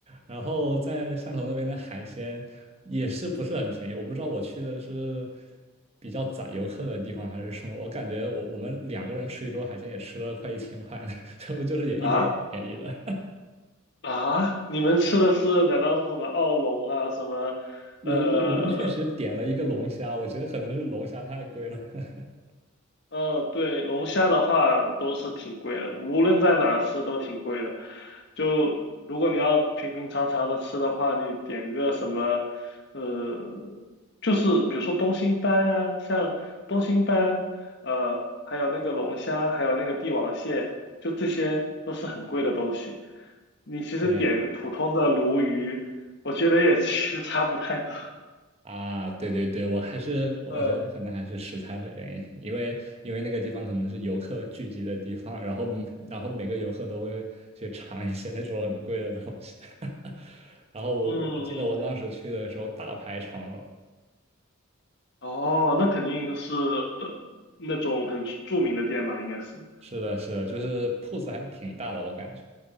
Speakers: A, on the right; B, on the left.
A: 然后在汕头那边的海鲜也是不是很便宜，我不知道我去的是比较宰游客的地方还是什么，我感觉我我们两个人吃一桌海鲜也吃了快一千块呢，<laughs> 就就是也一点也不便宜的，
B: 啊？啊，你们吃的是难道是什么奥龙啊，什么呃
A: 我我们确实点了一个龙虾，我觉得可能是龙虾太贵了。<laughs>
B: 嗯，对，龙虾的话都是挺贵的，无论在哪吃都挺贵的。就如果你要平平常常的吃的话，你点个什么，呃，就是比如说东星斑啊，像东星斑，呃，还有那个龙虾，还有那个帝王蟹，就这些都是很贵的东西。你其实点普通的鲈鱼，
A: 对
B: 我觉得也 <laughs> 其实差不太多。
A: 啊，对对对，我还是我觉得可能还是食材的原因，
B: 呃，
A: 因为因为那个地方可能是游客聚集的地方，然后每然后每个游客都会去尝一些那种很贵的东西。<laughs> 然后我我记得我当时去的时候大排长龙，
B: 嗯哦，那肯定是呃那种很著名的店吧，应该是。
A: 是的，是的，就是铺子还挺大的，我感觉。